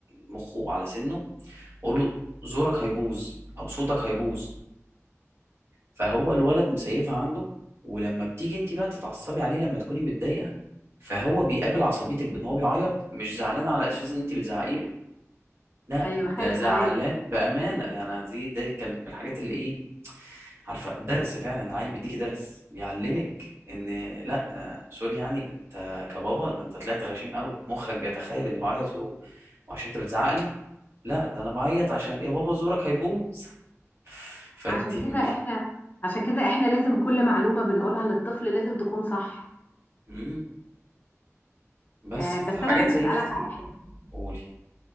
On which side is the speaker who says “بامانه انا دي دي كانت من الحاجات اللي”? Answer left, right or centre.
Right